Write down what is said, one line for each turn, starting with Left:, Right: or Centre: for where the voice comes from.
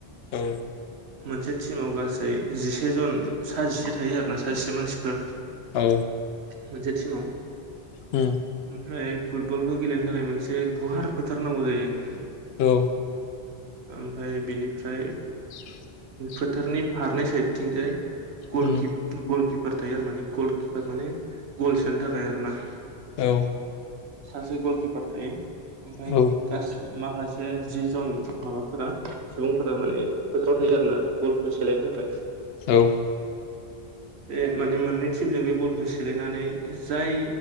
Left: औ
Right: मोनसे टिमाव गासै जिसे जन सा जिसे थायो आरो ना साजिसे मानसिफोर।
Left: औ
Right: मोनसे टिमाव
Left: होम
Right: ओमफ्राय फुटबलखौ गेलेनो थाखाय मोनसे गुवार फोथार नांगौ जायो।
Left: औ
Right: ओमफ्राय बिनिफ्राय
Left: <inaudible>
Right: फोथारनि फारनै साइदथिंजाय गलकि
Left: उम
Right: गल किपार थायो आरो माने गल किपार माने गल सोनो थाखाय आरो ना।
Left: औ
Right: सासे गलकिपार थायो ओमफ्राय
Left: औ
Right: गासै माखासे ओ जि जन माबाफोरा सुबुंफोरा माने फोथाराव थायो आरो ना। बलखौ सेलायनो थाखाय
Left: औ
Right: बे माने मोननै टिमजों बे बलखौ सेलायनानै जाय